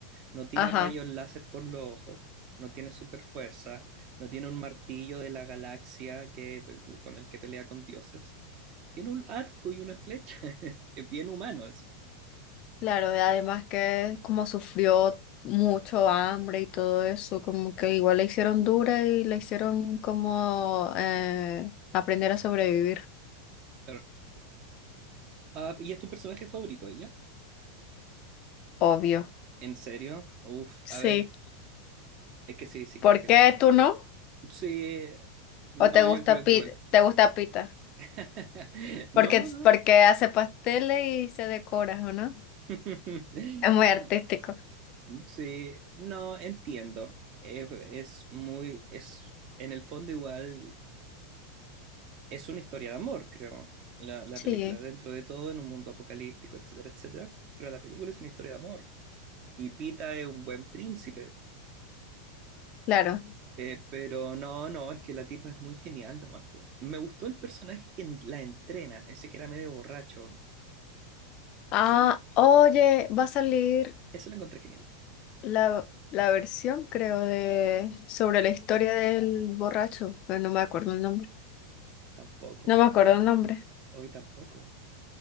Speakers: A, on the right; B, on the left.
A: no tira
B: Ajá.
A: rayos láser por los ojos, no tiene super fuerza, no tiene un martillo de la galaxia que, eh, con el que pelea con dioses. Tiene un arco y una flecha. <laughs> Es bien humano eso.
B: Claro, y además que como sufrió mucho hambre y todo eso, como que igual la hicieron dura y la hicieron como eh, aprender a sobrevivir.
A: claro. Ah, ¿y es tu personaje favorito ella?
B: Obvio.
A: ¿En serio? Uf,
B: Sí.
A: a ver, es que sí, sí creo
B: ¿Por
A: que es
B: qué
A: la mejor
B: tú
A: igual.
B: no?
A: Sí, no,
B: ¿O te
A: yo
B: gusta
A: creo que
B: pita?
A: igual.
B: ¿Te gusta pita?
A: <laughs> No,
B: Porque,
A: no.
B: porque hace pasteles y se decora, ¿o no?
A: <laughs>
B: Es muy artístico.
A: Sí, no, entiendo. Es, es muy, es, en el fondo igual, es una historia de amor, creo, la, la
B: Sí,
A: película, dentro de todo, en un mundo apocalíptico, etcétera, etcétera, pero la película es una historia de amor. Y Pita es un buen príncipe,
B: claro.
A: Eh, pero no, no, es que la tipa es muy genial nomás, po. Me gustó el personaje que en- la entrena, ese que era medio borracho.
B: Ah,
A: Eso lo, en-
B: oye, va a salir
A: eso lo encontré genial.
B: la, la versión, creo, de sobre la historia del borracho, pero no me acuerdo el nombre.
A: Tampoco,
B: No me acuerdo el nombre,
A: hoy tampoco.